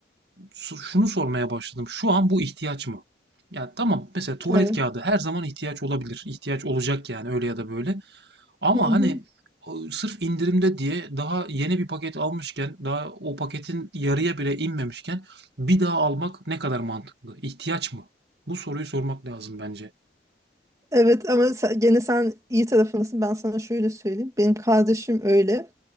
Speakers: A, on the right (about 70°); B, on the right (about 20°).
A: Su- Şunu sormaya başladım. Şu an bu ihtiyaç mı? Ya tamam mesela tuvalet
B: evet.
A: kağıdı her zaman ihtiyaç olabilir. İhtiyaç olacak yani öyle ya da böyle. Ama
B: Hı hı.
A: hani o sırf indirimde diye daha yeni bir paket almışken, daha o paketin yarıya bile inmemişken bir daha almak ne kadar mantıklı? İhtiyaç mı? Bu soruyu sormak lazım bence.
B: Evet ama sen- gene sen iyi tarafındasın. Ben sana şöyle söyleyeyim. Benim kardeşim öyle.